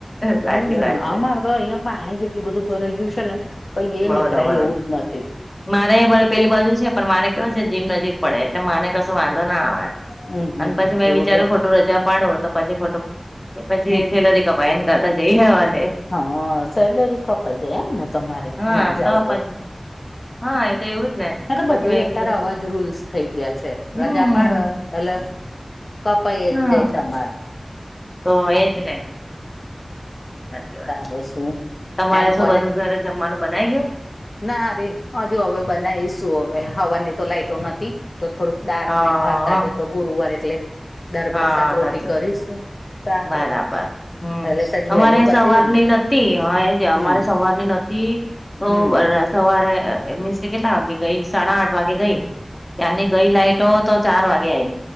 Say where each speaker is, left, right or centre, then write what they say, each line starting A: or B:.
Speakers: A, on the left; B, on the left.
A: સાચી
B: હમ
A: વાત છે.
B: અમારે તો અહિયાં પાણી જેટલું બધું ભરાઈ ગયું છે ને કઈ એ
A: બોલો
B: નીકરા
A: બોલો
B: એવું જ નથી.
A: મારે ભ પેલી બાજુ છે પણ મારે કેવું છે જીમ નજીક પડે એટલે માને કશું વાંધો ના આવે.
B: હમ હમ
A: અને પછી મેં
B: એવું
A: વિચાર્યું
B: છે
A: ખોટું રજા પાડો તો પછી ખોટું પછી
B: હમ
A: સેલરી. તો પન કરતા જઈ હવા
B: હા સેલેરી કપાઈ જાય એમને તમારે
A: હા
B: ના જાવ તો.
A: પછી હા એતો એવું. જ ને
B: એ તો
A: પછી
B: બધા
A: મેં
B: અત્યારે
A: કીધું
B: અવાજ રૂલ્સ થઈ ગયા છે
A: હમ
B: રજા પાડે એટલે. કપા એ
A: હા
B: જાય સમાર.
A: તો એજ ને. સાચી વાત
B: તારે
A: છે.
B: શું
A: તમારે
B: એમ
A: શું
B: કોને.
A: બધું ઘરે જમવાનું બનાવી ગયું?
B: ના રેહજુ હવે બનાવી શું હવે હવાની તો લાઈટો નથી. તો થોડુંક દાર
A: હા
B: ને ભાતા જ તો ગુરુવાર એટલે દરભત
A: હા
B: શાક રોટી
A: સાચી
B: કરીશું. તારે
A: બરાબર હમ
B: એટલે સજ વહેલું
A: અમારે.
B: કરી
A: સવારની
B: દઈએ ને
A: નથી હા
B: હમ
A: અમારે સવારની નથીતી તો.
B: હમ
A: સવારે મીન્સ કે કેટલા વાગે ગઈ સાડા આઠ વાગે ગઈ ત્યાંની ગઈ લાઈટ. તો તો ચાર વાગ્યા આય.